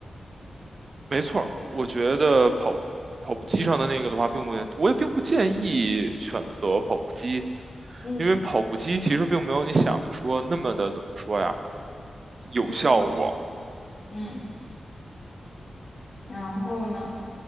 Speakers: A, on the right; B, on the left.
A: 没错儿，
B: 对，
A: 我觉得跑跑步机上的那个的话，并不，我也并不建议选择跑步机，
B: 嗯，
A: 因为跑步机其实并没有你想的说那么的怎么说呀，有效果。
B: 嗯嗯，然后呢？